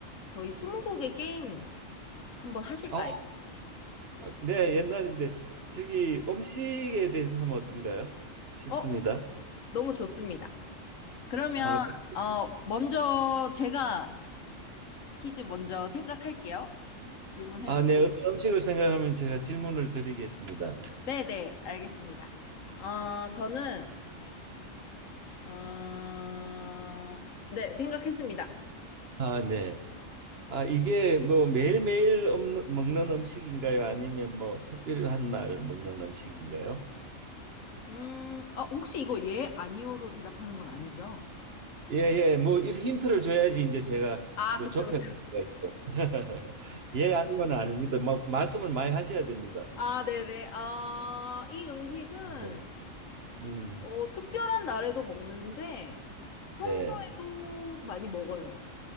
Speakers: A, on the left; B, on the right.
A: 저희 스무고개 게임 한번 하실까요?
B: 아, 아, 네, 옛날인데 저기 음식에 대해서 하면 어떤가요? 싶습니다.
A: 어? 너무 좋습니다. 그러면
B: 아, 그,
A: 어 먼저 제가 퀴즈 먼저 생각할게요. 질문해
B: 아,
A: 주세요.
B: 네, 어떤 음식을 생각하면 제가 질문을 드리겠습니다.
A: 네네, 알겠습니다. 아 저는 어... 네, 생각했습니다.
B: 아, 네. 아, 이게 뭐 매일매일 없는- 먹는 음식인가요? 아니면 뭐 특별한 날 먹는 음식인가요?
A: 음, 어, 혹시 이거 예, 아니오로 대답하는 건 아니죠?
B: 예, 예. 뭐 이 힌트를 줘야지 이제 제가
A: 아,
B: 그
A: 그쵸,
B: 좁혀
A: 그쵸.
B: 갈 수가 있죠. <laughs> 예, 아니면 아닙니다. 뭐 말씀을 많이 하셔야 됩니다.
A: 아, 네네. 아, 이 음식은
B: 예. 음,
A: 어, 특별한 날에도 먹는데
B: 네.
A: 평소에도 많이 먹어요.